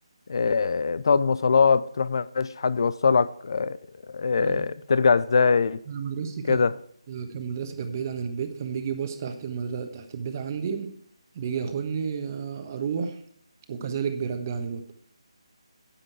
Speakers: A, on the left; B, on the right.
A: آه، بتقعد مواصلات بتروح مفيش حد يوصلك آه، آه،
B: انا
A: بترجع إزاي
B: مدرستي كانت
A: كده
B: كان مدرسه كانت بعيده عن البيت كان بيجي باص تحت المدرسه تحت البيت عندي بيجي ياخدني آه، اروح وكذلك بيرجعني برضه